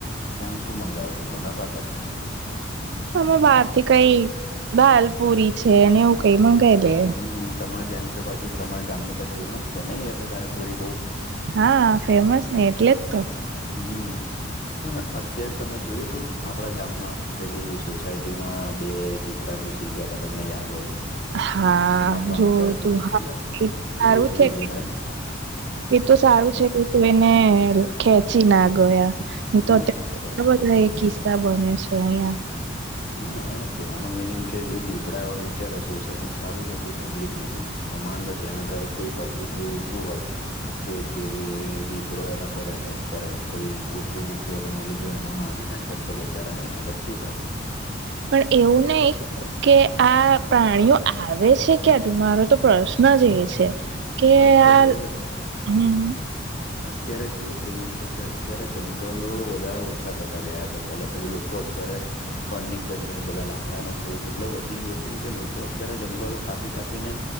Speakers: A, on the left; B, on the right.
A: કેમ શું મંગાવાના તમે પાછા
B: અમે બહાર થી કઈ દાલ પુરી છે અને એવું કઈ મંગાવી લે
A: હમ્મ તમારે ત્યાંની તો પાછી તમારા ગામની તો ફેમસ છે. નહી એ તો દાલપુરી બહુ
B: હા ફેમસ ને એટલે જ તો
A: હમ્મ પણ અત્યારે તમે જોયું તું આપડા ગામમાં પેલી સોસાયટી માં બે દિપડા ઘુસી ગયા હતા તમને યાદ હોય તો હમણાં
B: હા
A: ત્રણ
B: જોયું
A: ચાર દિવસ
B: તું હા
A: પેલા
B: એ
A: કેવું
B: સારું
A: થયું
B: છે
A: તું ને
B: એ તો સારું છે કોક એને ખેંચી ના ગયા એ
A: હા
B: તો અત્યારે
A: એજ તો
B: બ બધા એ કિસ્સા બનિયા છેં અહિયાં
A: હા આ કેહેવાનું મિનિંગ કે જે દીપડા હો વિચારો સોસાયટીમાં સારું છે કોઈ પબ્લિક ન તું હ માનલો ત્યાં આગળ કોઈ પબ્લિક એવું ઉભું હોત કે જે દીપડો એના પર એટેક કરે કોઈ કૂતરું વુતરું એને મળી ગયુ એને મારી નાખે તો બચારાની હાલત શું થાત.
B: પણ એવું નહી કે આ પ્રાણીઓ આવે છે ક્યાંથી મારો તો પ્રશ્ન જ એ છે. કે
A: અત્યારે
B: આ. હમ હમ.
A: અત્યારે કેવું થઈ ગયું છે કે, અત્યારે જંગલો બધા ઓછા થતા ગયા છે પેલા તો બધા લોકો ત્યારે ફર્નિચર ને એ બધા લાકડાનો ક્રેઝ એટલો વધી ગયો છેમ કે લોકો અત્યારે જંગલો કાપી કાપીને